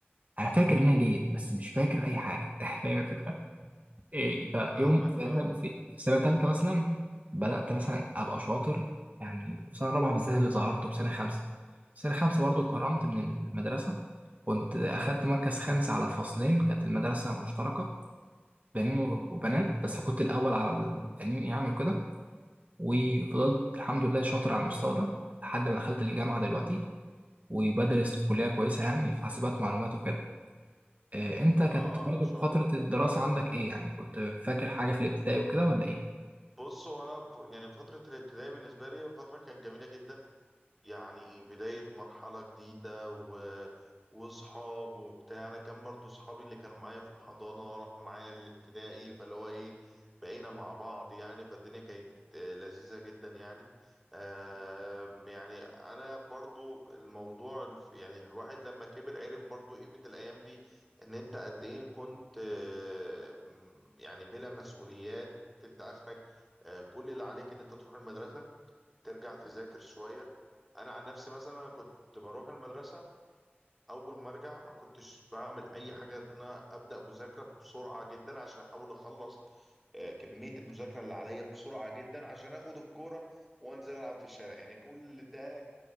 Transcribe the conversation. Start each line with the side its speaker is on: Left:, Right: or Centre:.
Right: أنا فاكر ان انا جيد بس مش فاكر اي حاجه <laughs> فاهم الفكره ايه فيوم
Centre: فاهمك
Right: في
Centre: فاهمك
Right: في سنه ثالثه مثلا بدات مثلا ابقى شاطر يعني وفي سنه رابعه بالذات اللي ظهرت وفي سنه خمسه في سنه خمسه برضو اتكرمت من المدرسه كنت اخدت مركز خامس على فصلين كانت المدرسه مشتركه بنين
Centre: امم
Right: وبنات بس كنت الاول على البنين يعني وكده وفضلت الحمد لله شاطر على المستوى ده لحد ما دخلت الجامعة دلوقتي وبدرس في كلية كويسة يعني في حاسبات ومعلومات وكده آه، انت كانت
Centre: اه اه
Right: برضه
Centre: ما شاء
Right: فترة
Centre: الله
Right: الدراسة عندك ايه يعني كنت فاكر حاجة في الابتدائي وكده ولا ايه؟
Centre: بص هو انا ف... يعني فتره الابتدائي بالنسبه لي فتره كانت جميله جدا يعني بداية مرحلة جديدة و... وصحاب وبتاع أنا كان برضو صحابي اللي كانوا معايا في الحضانة راحوا معايا الابتدائي فاللي هو إيه بقينا مع بعض يعني فالدنيا كانت آه، لذيذة جدا يعني آه يعني أنا برضو الموضوع الف- يعني الواحد لما كبر عرف برضو قيمة الأيام دي إن أنت قد إيه كنت آه م- يعني بلا مسؤوليات أنت آخرك آه كل اللي عليك إن أنت تروح المدرسة ترجع تذاكر شوية أنا عن نفسي مثلا أنا كنت بروح المدرسة أول ما أرجع ما كنتش بعمل أي حاجة غير إن أنا أبدأ مذاكرة بسرعة جدا عشان أحاول أخلص آه، كمية المذاكرة اللي عليا بسرعة جدا عشان آخد الكورة وأنزل ألعب في الشارع يعني كل ده